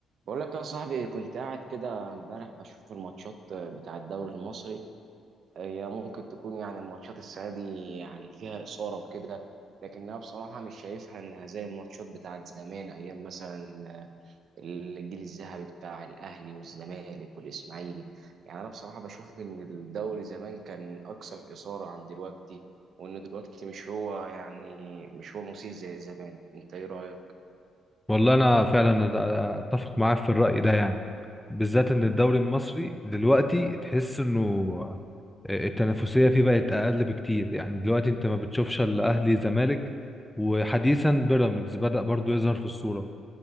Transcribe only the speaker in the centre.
والله انا فعلا أت- اتفق معاك في الرأي ده يعني بالذات ان الدوري المصري دلوقتي تحس انه آه، التنافسية فيه بقت اقل بكتير يعني دلوقتي انت ما بتشوفش الا اهلي زمالك وحديثا بيراميدز بدأ برضو يظهر في الصورة